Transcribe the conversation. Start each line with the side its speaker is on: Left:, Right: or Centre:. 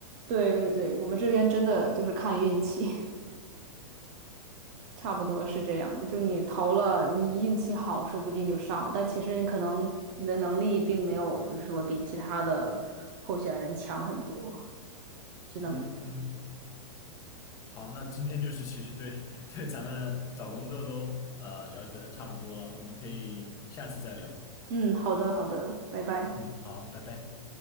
Right: 对对对，我们这边真的就是看运气，<laughs> 差不多是这样的。就你投了，你运气好，说不定就上了。但其实可能你的能力并没有，就是说比其他的候选人强很多。只能，
Left: 嗯嗯，好，那今天就是其实对 <laughs> 对咱们找工作都呃了解的差不多了，我们可以下次再聊。
Right: 嗯，好的，好的，拜拜。
Left: 嗯，好，拜拜。